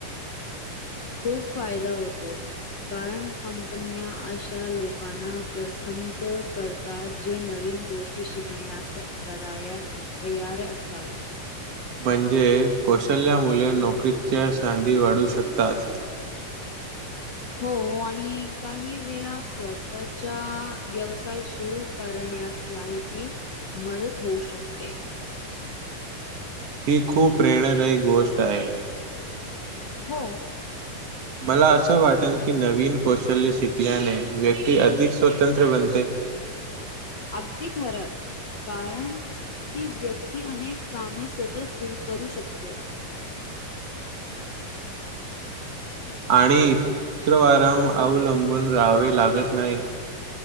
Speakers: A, on the left (about 60°); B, on the right (about 50°).
A: खूप फायदा होतो. कारण कंपन्या अशा लोकांना प्रसंत करतात. जे नवीन गोष्टी शिकण्यास कराया तयार असतात.
B: म्हणजे कौशल्या मुले नोकरीच्या संधी वाढू शकतात.
A: हो आणि काही वेळा स्वतःचा व्यवसाय सुरू करण्यासाठी मदत होऊ शकते.
B: ही खूप प्रेरणादायी गोष्ट आहे.
A: हो.
B: मला असं वाटल की नवीन कौशल्य शिकल्याने व्यक्ती अधिक स्वतंत्र बनते.
A: अगदी खरं कारण ती व्यक्ती अनेक कामे स्वतःच सुरू करू शकते.
B: आणि <unintelligible> अवलंबून राहावे लागत नाही.